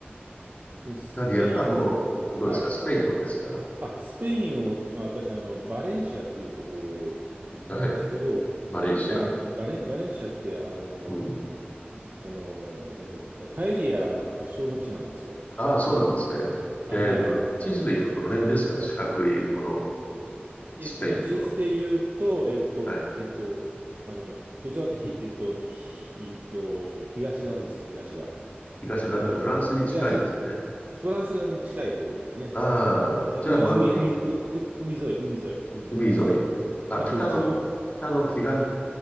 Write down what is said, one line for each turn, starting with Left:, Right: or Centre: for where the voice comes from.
Right: スペイン、
Left: タリア、あと、あとどうですかスペインどうですか
Right: はい。あ、スペインを、私、あの、バレンシアっていうところに行ったんですけど、
Left: はい。バレンシア。
Right: バレン、バレン、バレンシアって、あの、
Left: うん。
Right: あの、なんて、パエリアの発祥の地なんですよ。
Left: ああ、そうなんですね。
Right: あ、
Left: えっと、
Right: はい、
Left: 地図で言うとどの辺ですか四角い、
Right: はい。
Left: この
Right: えっと、
Left: スペインの。
Right: 地図で言うと、えっと、
Left: はい。
Right: えっと、あの、どちらかというと、ひえっと、ひえっと、東側です、
Left: うん。
Right: 東側。
Left: 東側ってフランスに近いんですかね。
Right: あの、東、フランス側に近い方ですよね。
Left: ああ、
Right: ええう海、
Left: じゃあマドリ、
Right: 海、う、う海沿い、海沿い、海沿いです。
Left: 海沿い。あ、
Right: の東側。
Left: 北の、北の、東、